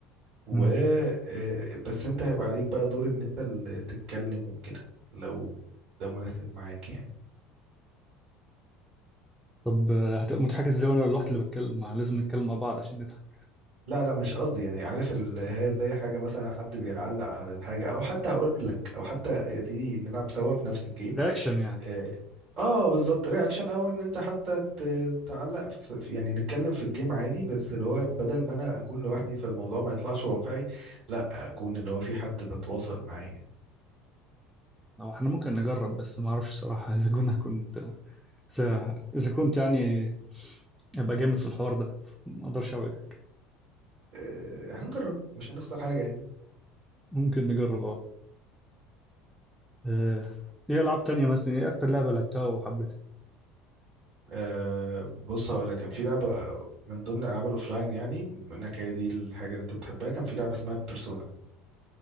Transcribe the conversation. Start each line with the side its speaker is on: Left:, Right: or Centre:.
Right: و
Centre: مم.
Right: آه، بس انت هيبقى عليك بقى دور ان انت اللي تتكلم وكده لو ده مناسب معاك يعني
Centre: طب آه، هتبقى مضحكة ازاي وانا الواحد اللي بتكلم ما لازم نتكلم مع بعض عشان نضحك
Right: لا لا مش قصدي يعني عارف ال- هي زي حاجة مثلا حد بيعلق على الحاجة او حتى هقول لك او حتى يا سيدي نلعب سوا في نفس الجيم
Centre: رياكشن يعني
Right: اه آه، بالظبط رياكشن او ان انت حتى ت- تعلق في في- يعني نتكلم في الجيم عادي بس اللي هو بدل ما انا اكون لوحدي فالموضوع ما يطلعش واقعي لا اكون اللي هو في حد بتواصل معاه يعني.
Centre: او احنا ممكن نجرب بس ما اعرفش الصراحة اذا كنا كنت اذا إذا كنت يعني ابقى جامد في الحوار ده ما اقدرش اوعدك
Right: آه، هنجرب مش هنخسر حاجة يعني
Centre: ممكن نجرب اه آه، ايه العاب تانية مثلا ايه اكتر لعبة لعبتها وحبيتها
Right: آه بص هقول لك كان في لعبة من ضمن الألعاب الأوفلاين يعني بما إنك هي دي الحاجة اللي أنت بتحبها كان في لعبة اسمها بيرسونا